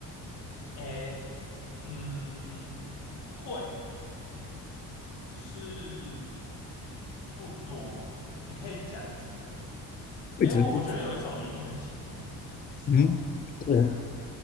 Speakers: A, on the left; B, on the left.
A: 哎。嗯，会，只是不多。你可以讲几个？
B: 我一直不，
A: 诶，我我觉得有一首你一定很喜欢，是吗？
B: 嗯我
A: 猜猜看，